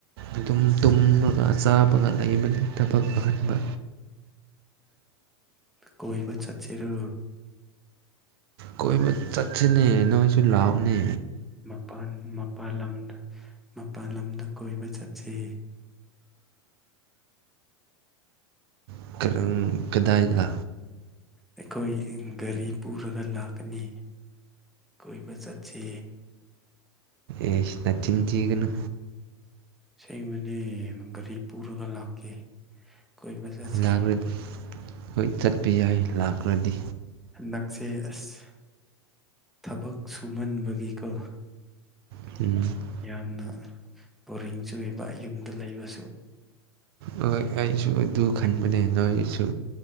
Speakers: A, on the right; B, in the centre.
A: ꯑꯗꯨꯝ ꯇꯨꯝꯃꯒ ꯆꯥꯕꯒ ꯂꯩꯕꯅꯤ ꯊꯕꯛ ꯑꯍꯟꯕ
B: ꯀꯣꯏꯕ ꯆꯠꯆꯦꯔꯣ
A: ꯀꯣꯏꯕ ꯆꯠꯁꯤꯅꯦ ꯅꯣꯏꯁꯨ ꯂꯥꯎꯅꯦ
B: ꯃꯄꯥꯟ ꯃꯄꯥꯜ ꯂꯝꯗ ꯃꯄꯥꯜ ꯂꯝꯗ ꯀꯣꯏꯕ ꯆꯠꯁꯤ
A: <unintelligible> ꯀꯗꯥꯏꯗ
B: ꯑꯩꯈꯣꯏ ꯒꯥꯔꯤ ꯄꯨꯔꯒ ꯂꯥꯛꯀꯅꯤ ꯀꯣꯏꯕ ꯆꯠꯁꯦ
A: ꯏꯁ ꯅꯆꯤꯟ ꯊꯤꯒꯅꯨ
B: ꯁꯦꯡꯕꯅꯦ ꯒꯥꯔꯤ ꯄꯨꯔꯒ ꯂꯥꯛꯀꯦ ꯀꯣꯏꯕ ꯆꯠꯁꯦ
A: ꯂꯥꯛꯔꯗꯤ ꯍꯣꯏ ꯆꯠꯄ ꯌꯥꯏ ꯂꯥꯛꯈ꯭ꯔꯗꯤ
B: ꯍꯟꯗꯛꯁꯦ ꯑꯁ ꯊꯕꯛ ꯁꯨꯃꯟꯕꯒꯤꯀꯣ
A: <unintelligible>
B: ꯌꯥꯝꯅ ꯕꯣꯔꯤꯡꯆꯨꯏ ꯑꯥꯕ ꯌꯨꯝꯗ ꯂꯩꯕꯁꯨ
A: ꯍꯣꯏ ꯑꯩꯁꯨ ꯑꯗꯨ ꯈꯟꯕꯅꯦ ꯅꯣꯏꯁꯨ